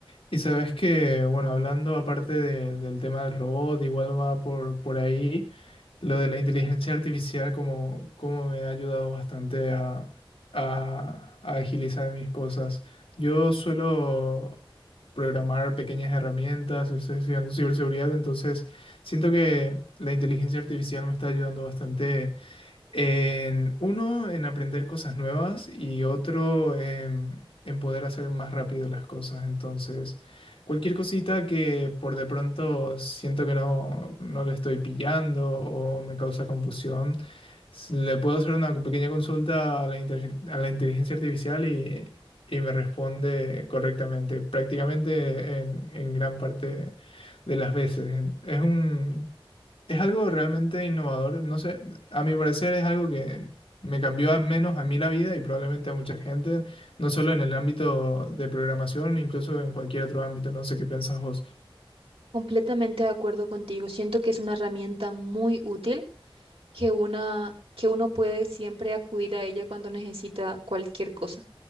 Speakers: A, on the left; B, on the right.
A: Y sabes que, bueno, hablando aparte de- del tema del robot, igual va por, por ahí, lo de la inteligencia artificial como, como me ha ayudado bastante a, a- a agilizar mis cosas. Yo suelo programar pequeñas herramientas, estoy estudiando ciberseguridad, entonces siento que la inteligencia artificial me está ayudando bastante en uno, en aprender cosas nuevas y otro, em, en poder hacer más rápido las cosas. Entonces, cualquier cosita que por de pronto siento que no, no le estoy pillando o me causa confusión, s- le puedo hacer una pequeña consulta a la, inter- a la inteligencia artificial y, y me responde correctamente, prácticamente en, en gran parte de las veces. Es un, es algo realmente innovador. No sé, a mi parecer es algo que me cambió al menos a mí la vida y probablemente a mucha gente, no solo en el ámbito de programación, incluso en cualquier otro ámbito. No sé qué piensas vos.
B: Completamente de acuerdo contigo. Siento que es una herramienta muy útil que una que uno puede siempre acudir a ella cuando necesita cualquier cosa.